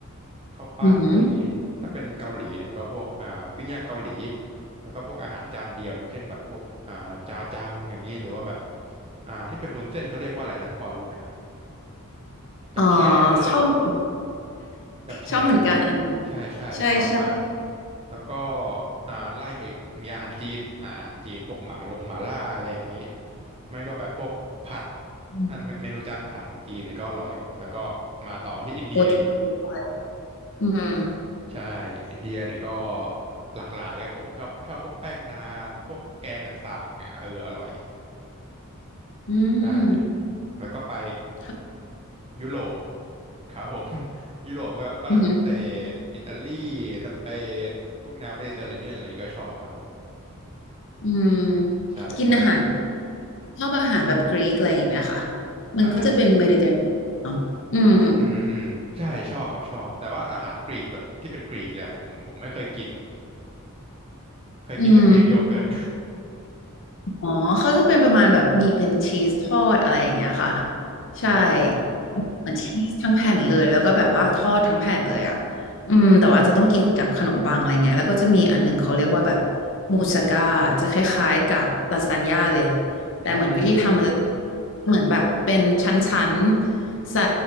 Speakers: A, on the right; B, on the left.
A: ๆ ข้าวปั้นอะไรอย่างนี้ถ้าเป็นเกาหลีเนี่ยก็พวกอ่าปิ้งย่างเกาหลี
B: อือหือ
A: แล้วก็พวกอาหารจานเดียวอย่างเช่นแบบพวกอ่าจาจังอย่างนี้หรือว่าแบบอ่าที่เป็นวุ้นเส้นเขาเรียกว่าอะไรนะพอรู้ไหมฮะจับแช่เออ
B: อ๋อชอบเหมือนกัน
A: จับแช่
B: ชอบเหมือนกันอันนั้น
A: ใช่ใช่อร่อยมาก
B: ใช่ใช่
A: แล้วก็อ่าไล่มาอีกมีอาหารจีนอ่าอาหารจีนพวกหมาลงหมาล่าอะไรอย่างนี้ไม่ก็แบบพวกผัด
B: อืม
A: อ่ะเมเมนูจานผัดของจีนเนี่ยก็อร่อยแล้วก็มาต่อที่อินเดียอีก
B: โอทูอะไรอืม
A: ใช่อินเดียเนี่ยก็หลากหลายครับผมชอบชอบพวกแป้งนานพวกแกงต่างๆเนี่ยเอออร่อย
B: อืม
A: ใช่แล้วก็ไป
B: ค่
A: ยุโรปครับผม <laughs> ยุโรปก็ฝรั่งเศสอิตาลีสเปนพวกแนวเมดิเตอร์เรเนียนอะไรนี้ก็ชอบครับผม
B: ะ อืม
A: ใช่ใช่
B: กินอาหารชอบอาหารแบบกรีกอะไรอย่างเงี้ยค่ะมันก็จะเป็นเมดิเตอร์
A: อาหาร
B: เนาะอืม
A: อืมอืมใช่ชอบครับชอบแต่ว่าอาหารกรีกแบบที่เป็นกรีกเลยอะผมผมไม่เคยกินเคยกินแต่กรีกโยเกิร์ต
B: อืม อ๋อเขาจะเป็นประมาณแบบมีเป็นชีสทอดอะไรอย่างเงี้ยค่ะ
A: <laughs>
B: ใช่
A: อ๋อ
B: เหมือนชีสทั้งแผ่นเลยแล้วก็แบบว่าทอดทั้งแผ่นเลยอ่ะอืมแต่ว่าจะต้องกินกับขนมปังอะไรเงี้ยแล้วก็จะมีอันหนึงเขาเรียกว่าแบบมูสก้าจะคล้ายๆกับลาซานญ่าเลยแต่เหมือนวิธีทำมันจะ
A: อืมอืม
B: เหมือนแบบเป็นชั้นๆใส่